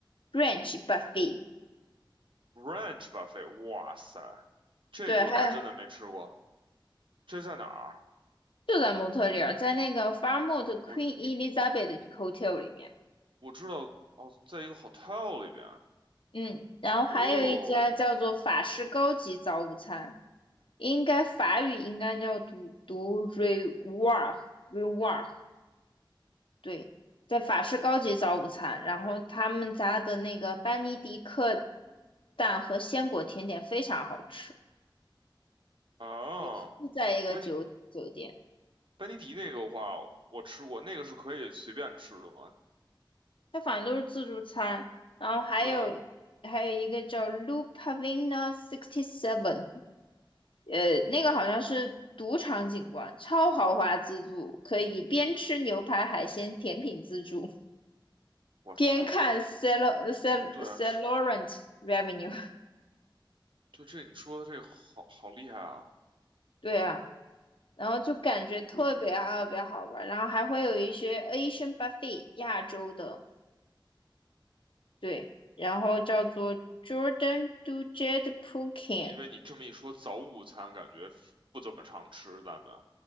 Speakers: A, on the left; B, on the right.
A: ，brunch buffet。
B: ？Brunch buffet，哇塞，这个我还真的没吃过。
A: 对，还有
B: 这在哪儿？
A: 就在蒙特利尔，在那个 Fairmont Queen
B: 我
A: Elizabeth Hotel 里面，
B: 我知道哦，在一个 hotel 里边。
A: 嗯，然后还有一家叫做法式高级早午餐，
B: 哦
A: 应该法语应该叫读读 r e w a r r e w a r 对，在法式高级早午餐，然后他们家的那个班尼迪克蛋和鲜果甜点非常好吃，
B: 啊，
A: 也是在一个酒酒店，
B: 班尼班尼迪那个的话，我吃过，那个是可以随便吃的吗？
A: 它反正都是自助餐，然后还有
B: 对啊，
A: 还有一个叫 Lu Pavina Sixty Seven，呃，那个好像是赌场景观，超豪华自助，可以边吃牛排、海鲜、甜品自助，
B: 我擦，
A: 边看 Sal Sal
B: 对啊，
A: Salorent
B: 这
A: Revenue。<laughs>
B: 就这你说的这个好好厉害啊！
A: 对啊，然后就感觉特别啊特别好玩，然后还会有一些 Asian buffet 亚洲的，对，然后叫做 Jordan Dujardin Phuket。
B: 因为你这么一说，早午餐感觉不怎么常吃，咱们。